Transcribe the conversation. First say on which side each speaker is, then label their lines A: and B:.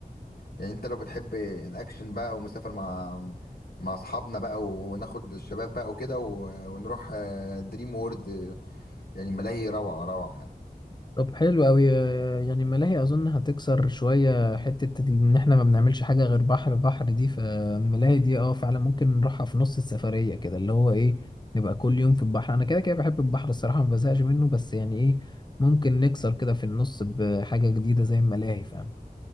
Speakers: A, on the left; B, on the left.
A: يعني انت لو بتحب الاكشن بقى ومسافر مع مع اصحابنا بقى وناخد الشباب بقى وكده و- ونروح آه، دريم وورد آه، يعني ملاهي روعة روعة يعني
B: طب حلو قوي يعني ملاهي اظن هتكسر شويه حته ان احنا ما بنعملش حاجه غير بحر بحر دي فالملاهي دي اه فعلا ممكن نروحها في نص السفريه كده اللي هو ايه نبقى كل يوم في البحر انا كده كده بحب البحر الصراحه ما بزهقش منه بس يعني ايه ممكن نكسر كده في النص بحاجه جديده زي الملاهي فاهم